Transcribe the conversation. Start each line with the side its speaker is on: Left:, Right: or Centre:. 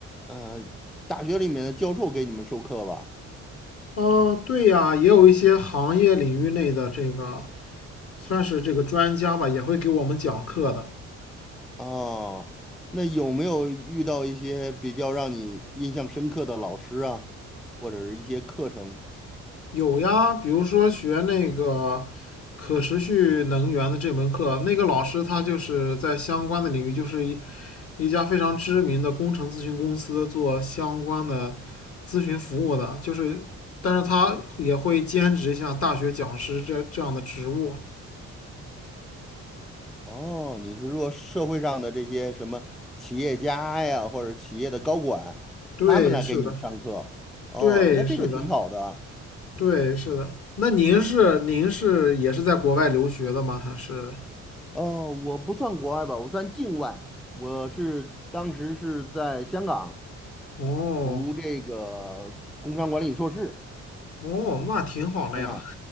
Centre: 呃，大学里面的教授给你们授课吧？
Left: 哦，对呀，也有一些行业领域内的这个算是这个专家吧，也会给我们讲课的。
Centre: 哦，那有没有遇到一些比较让你印象深刻的老师啊，或者是一些课程？
Left: 有呀，比如说学那个可持续能源的这门课，那个老师他就是在相关的领域，就是一一家非常知名的工程咨询公司做相关的咨询服务的，就是但是他也会兼职一下大学讲师这这样的职务。
Centre: 哦，你是说社会上的这些什么企业家呀，或者企业的高管，
Left: 对，
Centre: 他们来给你们上课？
Left: 是的，
Centre: 哦，
Left: 对，
Centre: 那这个挺好的
Left: 是的，对，是的。那您是您是也是在国外留学的吗？还是？
Centre: 呃，我不算国外吧，我算境外。我是当时是在香港
Left: 哦
Centre: 读这个工商管理硕士，
Left: 哦，那挺好的呀。
Centre: 嗯，